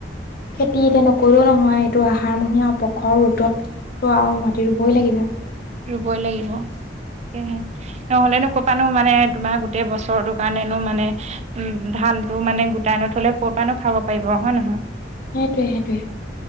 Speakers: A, on the left (about 55°); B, on the right (about 40°).
A: খেতি এতিয়া নকৰি হয় এইটো আহাৰমহীয়া আও প্ৰখৰ ৰ'দতটো আও মাটি ৰুবই লাগিব।
B: ৰুবই লাগিব সেয়েহে নহ'লেনো কপা নো মানে তোমাৰ গোটেই বছৰটোৰ কাৰণে মানে উম ধান টো মানে গোটাই নথলে ক'ৰ পৰানো খাব পাৰিব হয় নহয়?
A: সেইটোৱে সেইটোৱে